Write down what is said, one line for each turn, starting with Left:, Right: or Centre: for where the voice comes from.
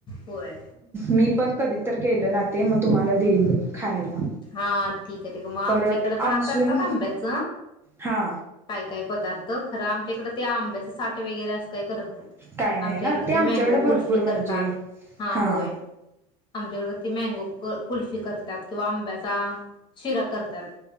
Left: होय.
Right: मी पन कधी तर केलना ते म तुम्हाला देईन खायला.
Left: हां ठीके ठीक म आमच्या
Right: परत
Left: इकडे पण
Right: आमसूल
Left: आ करतात आंब्याच.
Right: हा
Left: काय काय पदार्थ खरं आमच्या इकडं ते आंब्याचे साटे वेगैरे असं काही करत नाईत.
Right: काय नाही
Left: आमच्या
Right: ना
Left: इकडं ते
Right: आमच्याकडे
Left: मँगो
Right: भरपूर
Left: कुल्फी
Right: म्हणजे
Left: करतात हां
Right: हा
Left: होय. आमच्याकड क ते मँगो क कुल्फी करतात किंवा आंब्याचा शिरा करत्यात.